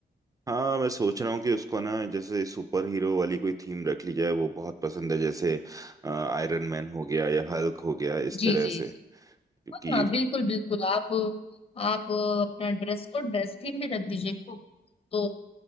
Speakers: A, on the right; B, on the left.
A: हाँ मैं सोच रहा हूँ कि उसको ना जैसे सुपर हीरो वाली कोई थीम रख ली जाए वो बहुत पसंद है जैसे आयरन मैन हो गया या हल्क हो गया इस
B: जी
A: तरह
B: जी
A: से
B: जी
A: क्योंकि
B: हाँ बिल्कुल बिल्कुल आप आप अपना ड्रेस कोड ड्रेस थीम भी रख दीजिए तो